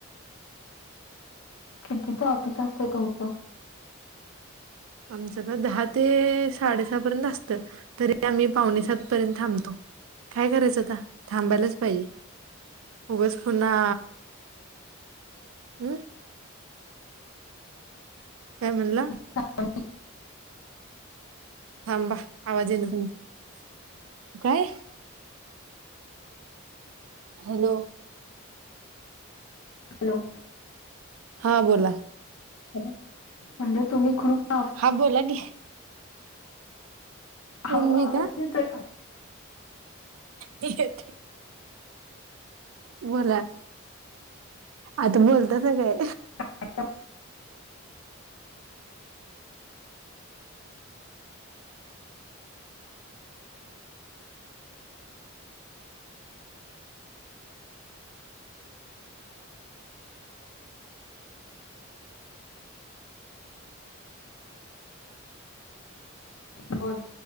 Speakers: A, on the left; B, on the right.
A: कितीचं ऑफिस असतंय तुमचं?
B: आमचं का? दहा ते साडेसहा पर्यंत असतं. तरी आम्ही पावणे सात पर्यंत थांबतो.. काय करायचं आता... थांबायलाच पाहिजे. उगच पुन्हा... हूं. काय म्हणला?
A: <unintelligible>
B: थांबा... आवाज येईना तुमचा. काय... हॅलो
A: हॅलो.
B: हा बोला.
A: म्हणलं तुम्ही ख्रूप
B: हा बोला की कोण
A: हो
B: मी
A: आवाज
B: का
A: येतय का
B: ह बोला आता बोलतस काय
A: ह बोल